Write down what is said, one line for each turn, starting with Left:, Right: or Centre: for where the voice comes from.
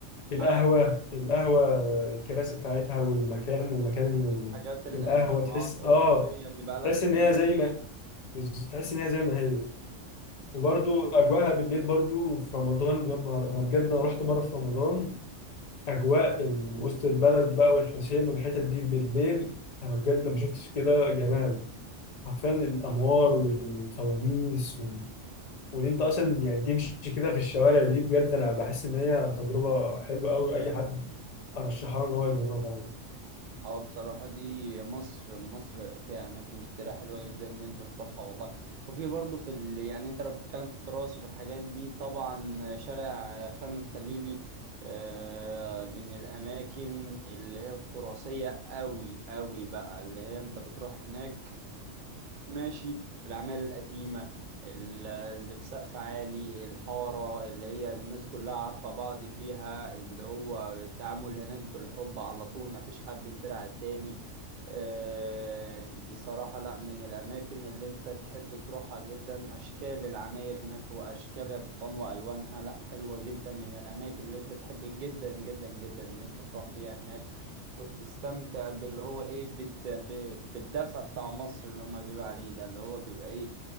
Left: القهوة
Right: أيوة
Left: القهوة الكراسي بتاعتها والمكان ومكان ال-
Right: الحاجات القديمة
Left: القهوة تحس
Right: اه التراثية
Left: اه
Right: اللي بقالها
Left: تحس
Right: سنين
Left: ان هي زي ما تحس ان هي زي ما هي وبرده اجواءها بالليل برده في رمضان يا نهار انا بجد انا رحت مره في رمضان اجواء ال- وسط البلد بقى والحسين والحتت دي بالليل انا بجد ما شفتش كده جمال حرفيا الانوار والفوانيس وال... وان انت اصلا يعني تمشي كده في الشوارع دي بجد انا بحس ان هي تجربه حلوه قوي اي حد ارشحها له ان هو يجربها يعني
Right: اه بصراحة دي مصر مصر فيها أماكن كتيرة حلوة جدا إن أنت تروحها والله وفي برضه في ال... يعني أنت لو بتتكلم في التراث وفي الحاجات دي طبعا شارع خان الخليلي آه، من الأماكن اللي هي التراثية أوي أوي بقى اللي هي أنت بتروح هناك ماشي الأعمال القديمة ال- اللي بسقف عالي الحارة اللي هي الناس كلها عارفة بعض فيها اللي هو التعامل هناك بالحب على طول مفيش حد كبير على التاني آه، بصراحة لا من الأماكن اللي أنت تحب تروحها جدا أشكال العماير هناك وأشكال الحيطان وألوانها لا حلوة جدا من الأماكن اللي أنت تحب جدا جدا جدا إن أنت تروح فيها هناك وتستمتع باللي هو إيه بالد... ب- بالدفى بتاع مصر اللي هما بيقولوا عليه ده اللي هو بيبقى إيه